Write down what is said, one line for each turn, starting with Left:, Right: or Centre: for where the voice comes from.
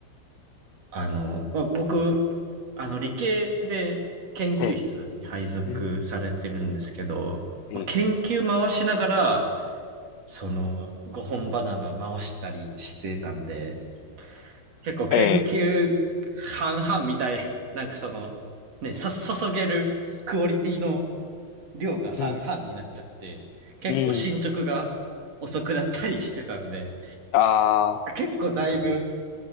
Right: あの、まあ、僕、あの、理系で研究室に配属されてるんですけど、
Left: ええうんええ
Right: まあ、研究回しながら、その、5本バナナ回したりしてたんで、結構研究半々みたい、
Left: あ、ええ
Right: なんかその、ね、さ、注げるクオリティの量が半々になっちゃって、
Left: うん、
Right: 結構進捗が遅くなったりしてたんで、
Left: うん。ああ。
Right: 結構だいぶ、